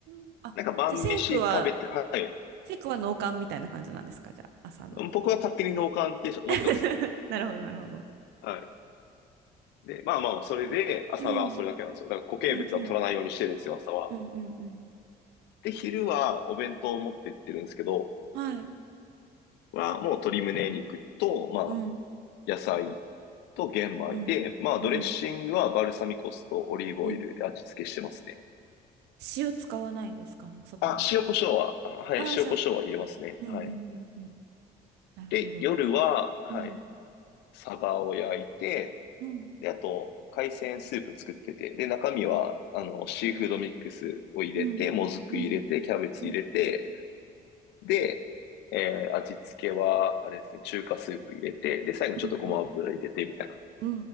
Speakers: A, on the right; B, on the left.
A: ん。あ、
B: なんか晩飯食べて、
A: じゃあシェイクは、
B: はい。
A: シェイクは脳幹みたいな感じなんですかじゃあ、朝の。
B: 僕は勝手に脳幹って思ってますね。
A: <laughs> なるほど、なるほど。
B: はい。で、まあまあ、それで、朝はそれだけなんですよ。
A: うん。
B: だから固形物は取らないようにしてるんですよ、
A: うんうん。
B: 朝は。
A: うんうんうん。
B: で、昼はお弁当を持ってってるんですけど、
A: はい。
B: は、もう鶏胸肉と、まあ、
A: うん。
B: 野菜と玄米で、
A: うん。
B: まあ、ドレッシングはバルサミコ酢とオリーブオイルで味付けしてますね。
A: うん。うん。塩使わないんですかもうそこに。
B: あ、塩コショウは、あはい、
A: ああ、
B: 塩コショウは入れますね。
A: 塩。うんうんうんうん。
B: はい。
A: なるほど。
B: で、夜は、はい、
A: はい。
B: サバを焼いて、
A: うん。
B: で、あと、海鮮スープ作ってて、で、中身は、あの、シーフードミックスを入れて、
A: うん。
B: もずく入れて、
A: うん。
B: キャベツ入れて、
A: うん。
B: で、えー味付けは、あれですね、中華スープ入れて、で、最後にちょっとごま油入れて、
A: うん。うん。
B: みたいな。
A: うん。